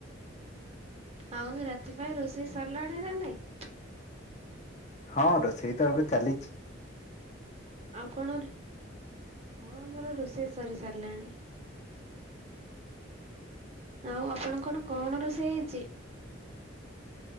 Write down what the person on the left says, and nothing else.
ହଁ ରୋଷେଇତ ଏବେ ଚାଲିଚି